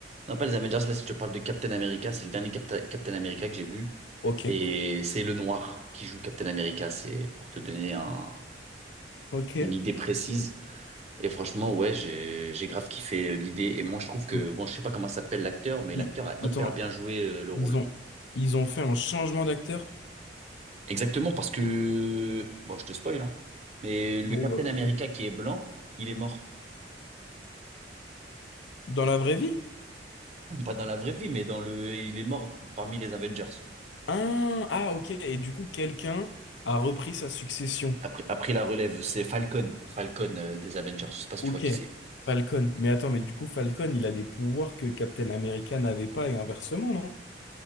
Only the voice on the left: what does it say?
Ok,
ok.
Donc,
i-
Attends,
ils ont, ils ont fait un changement d'acteur?
Bon,
bah vas-y.
Dans la vraie vie?
Ah, ah, ok, et du coup, quelqu'un a repris sa succession.
Ok,
Falcon. Mais attends, mais du coup, Falcon, il a des pouvoirs que Captain America n'avait pas et inversement, non?